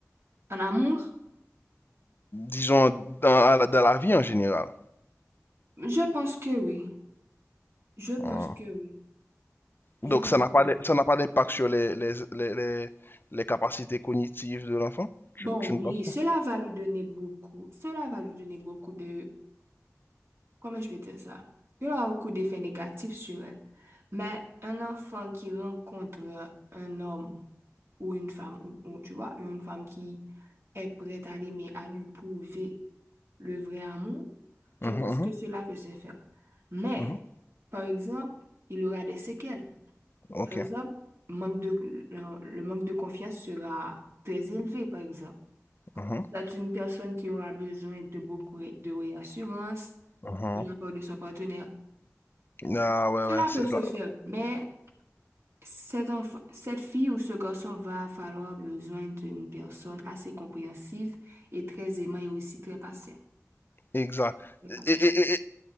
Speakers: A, on the right; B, on the left.
A: En amour,
B: Disons, dans, dans la vie en général.
A: je pense que oui. Je pense
B: Uh-huh.
A: que oui.
B: Donc,
A: Je pense
B: ça n'a
A: que
B: pas
A: oui.
B: d'im- ça n'a pas d'impact sur les, les, les, les, les capacités cognitives de l'enfant? Tu,
A: Bon,
B: tu
A: oui,
B: ne penses pas?
A: cela va lui donner beaucoup. Cela va lui donner beaucoup de... Comment je vais dire ça? Il aura beaucoup d'effets négatifs sur elle. Mais un enfant qui rencontre un homme ou une femme, ou, ou, tu vois, une femme qui est prête à l'aimer, à lui prouver le vrai amour, je
B: Mhm,
A: pense
B: mhm,
A: que cela peut se faire. Mais,
B: mhm.
A: par exemple, il aura des séquelles.
B: Ok.
A: Par exemple, manque de, le, le manque de confiance sera très élevé, par exemple.
B: Mhm,
A: C'est une personne qui aura besoin de beaucoup ré- de réassurance
B: mhm.
A: de la part de son partenaire.
B: Ah ouais,
A: Cela
B: ouais, c'est
A: peut se
B: ça.
A: faire, mais cet enfant, cette fille ou ce garçon va falloir besoin d'une personne assez compréhensive et très aimante et aussi très patient.
B: Exact.
A: Très patient.
B: Et, Et, et,